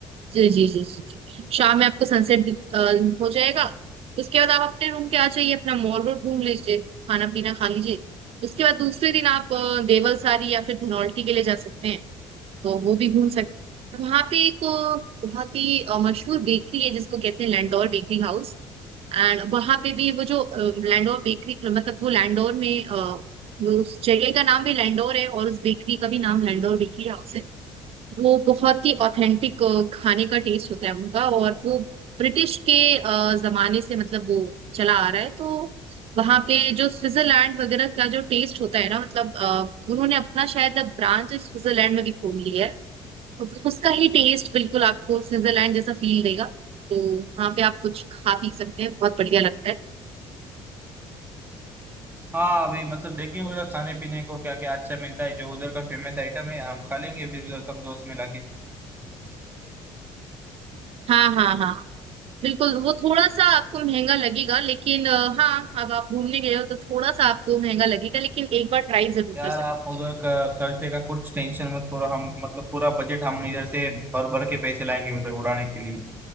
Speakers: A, on the right (about 50°); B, on the right (about 15°).
A: जी जी जी जी जी। शाम में आपको सनसेट हो जाएगा उसके बाद आप अपने रूम पे आ जाइए अपना मॉल रोड घूम लीजिए खाना पीना खा लीजिए उसके बाद दूसरे दिन आप अ, देवलसारी या फिर धनौल्टी के लिए जा सकते हैं तो वो भी घूम सकते हैं। वहाँ पे एक अ, बहुत ही अ, मशहूर बेकरी है जिसको कहते हैं लैंडोर बेकरी हाउस एंड वहाँ पे भी वो जो अ, लैंडोर बेकरी मतलब वो लैंडोर में अ, वो उस जगह का नाम भी लैंडोर है और उस बेकरी का भी नाम लैंडोर बेकरी हाउस है वो बहुत ही ऑथेंटिक खाने का टेस्ट होता है उनका और वो ब्रिटिश के अ, जमाने से मतलब वो चला आ रहा है तो वहाँ पे जो स्विट्जरलैंड वगैरह का जो टेस्ट होता है ना मतलब अ, उन्होंने अपना शायद अब ब्रांच स्विट्जरलैंड में भी खोल लिया है तो फिर उसका ही टेस्ट बिल्कुल आपको स्विट्जरलैंड जैसा फील देगा तो वहाँ पे आप कुछ खा पी सकते हैं बहुत बढ़िया लगता है
B: हाँ अभी मतलब देखेंगे उधर खाने पीने को क्या क्या अच्छा मिलता है जो उधर का फेमस आइटम है आप खा लेंगे फिर उधर सब दोस्त मिला के
A: हाँ हाँ हाँ बिल्कुल वो थोड़ा सा आपको महंगा लगेगा लेकिन अ, हाँ अब आप घूमने गए हो तो थोड़ा सा आपको महंगा लगेगा लेकिन एक बार ट्राई जरूर
B: यार
A: कर सकते
B: आप उधर का खर्चे का कुछ टेंशन मत करो हम मतलब पूरा बजट हम इधर से भर भर के पैसे लाएंगे उधर उड़ाने के लिए